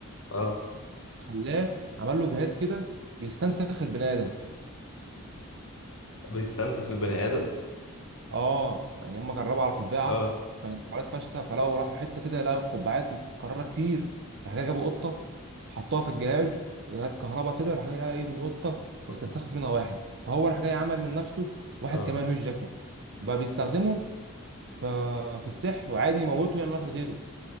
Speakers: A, on the left; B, on the right.
A: اه
B: خلاه عمل له جهاز كده بيستنسخ البني ادم
A: بيستنسخ البني ادم
B: اه يعني هما جربوا على قبعه
A: اه
B: وكانت محاولات فاشله فلو راحوا حته كده لقوا القبعات متكرره كتير راح جاي جابوا قطه حطوها في الجهاز جهاز كهرباء كده راح جاي لقى ايه ان القطه
A: اه
B: استنسخت منها واحد فهو راح جاي عمل من نفسه واحد
A: اه
B: كمان هو جاكمان بقى بيستخدمه ف- في السحر وعادي يموته ويعمل واحد غيره